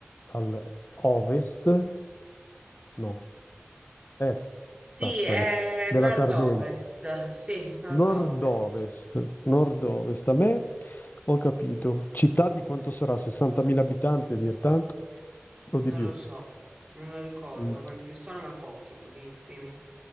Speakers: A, on the left; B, on the right.
A: al ovest, no, est
B: Sì,
A: Sassari,
B: è
A: della
B: nord-ovest,
A: Sardegna.
B: sì, nord-ovest,
A: Nord-ovest, nord-ovest. A me ho capito. Città di quanto sarà? 60.000 abitanti a dir tanto o
B: non
A: di più?
B: lo so, non me lo ricordo
A: Mm.
B: quanti sono, ma pochi, pochissimi.